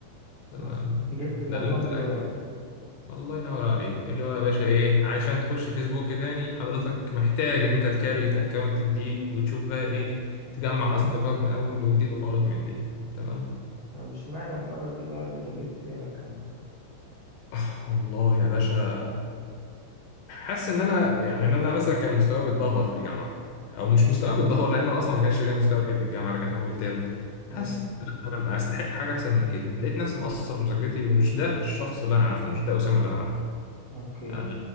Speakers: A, on the left; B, on the right.
A: تمام
B: بس جبت الموضوع
A: دلت
B: من
A: الاكونت
B: ظرفه
A: الله ينور عليك اللي هو يا باشا ايه عشان تخش فيسبوك تاني حضرتك محتاج ان انت تكريت اكونت جديد وتشوف بقى ايه تجمع اصدقائك من اول وجديد وحوارات من دي تمام
B: طب مش معنى المرة دي بقى اللي دلت فيها الاكونت
A: <laughs> آه، والله يا باشا حاسس ان انا يعني ان انا مثلا كان مستواي بيتدهور في الجامعه او مش مستواي بيتدهور لان أنا اصلا ما كانش ليا مستوى قبل كده في الجامعه ده كان اول ترم
B: امم
A: حاسس لأ، انا استحق حاجه احسن من كده لقيت نفسي مقصر في مذاكرتي ومش ده الشخص اللي انا عارفه مش ده اسامه اللي انا عارفه
B: اوكي
A: انا